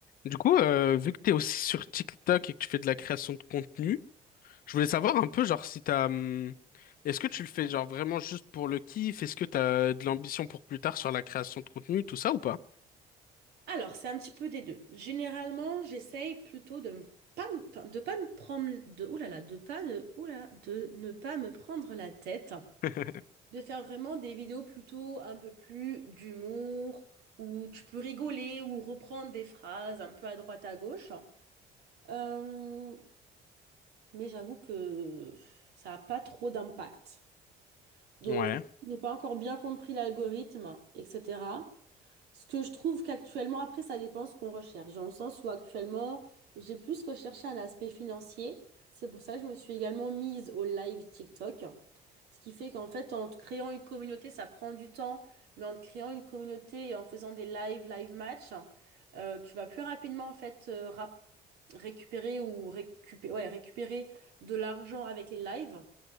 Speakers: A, on the left; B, on the right.
A: Du coup, euh, vu que t'es aussi sur TikTok et que tu fais de la création de contenu, je voulais savoir un peu, genre, si t'as, hum, est-ce que tu le fais genre vraiment juste pour le kiff? Est-ce que t'as de l'ambition pour plus tard sur la création de contenu, tout ça ou pas?
B: Alors, c'est un petit peu des deux. Généralement, j'essaye plutôt de ne pas me, de pas me prendre de, ouh là là, de pas ne- ouh là, de ne pas me prendre la tête,
A: <laughs>
B: de faire vraiment des vidéos plutôt un peu plus d'humour, où tu peux rigoler ou reprendre des phrases un peu à droite à gauche. Euh, mais j'avoue que ça n'a pas trop d'impact. Donc,
A: Ouais,
B: je n'ai pas encore bien compris l'algorithme, etc. Ce que je trouve qu'actuellement, après, ça dépend ce qu'on recherche, dans le sens où actuellement, j'ai plus recherché un aspect financier. C'est pour ça que je me suis également mise au live TikTok. Ce qui fait qu'en fait, en te créant une communauté, ça prend du temps, mais en te créant une communauté et en faisant des live, live match, euh, tu vas plus rapidement en fait euh, rap- récupérer ou récupérer, ouais, récupérer de l'argent avec les lives,